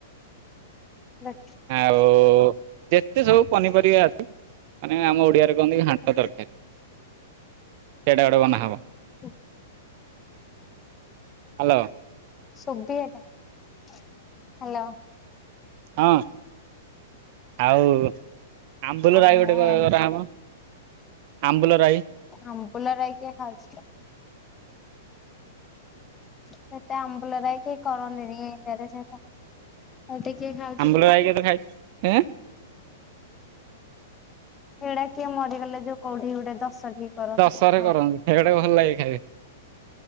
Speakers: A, on the left; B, on the right.
A: ରଖ।
B: ଆଉ ଯେତେ ସବୁ ପନିପରିବା ଅଛି ମାନେ ଆମ ଓଡିଆରେ କହନ୍ତି ଘାଣ୍ଟ ତରକାରୀ। ସେଇଟା ଗୋଟେ ବନାହବ।
A: ହୁଁ।
B: ହ୍ୟାଲୋ।
A: ସୁଭିି ହ୍ୟାଲୋ।
B: ହଁ ଆଉ ଆମ୍ବୁଲ
A: ଓହୋ
B: ରାଇ ଗୋଟେ କରାହବ
A: ଏମିତି
B: ଆମ୍ବୁଲ ରାଇ
A: ଆମ୍ବୁଲ ରାଇ କିଏ ଖାଉଛି କି? ସେଟା ଆମ୍ବୁଲ ରାଇ କିଏ କରନ୍ତିନି ଏଠାରେ ସେଇଟା ଏଇଠି କିଏ ଖାଏ
B: ଆମ୍ବୁଲ ରାଇ କେବେ ଖାଇଛ ଏଁ
A: ଏଇଡା କିଏ ମରିଗଲେ ଯୋଉ କଉଠି ଗୋଟେ ଦଶ କରନ୍ତି
B: ଦଶରେ
A: ମନ
B: କରନ୍ତି ଖାଇବାଟେ ଭଲ ଲାଗେ ଖାଇବାକୁ।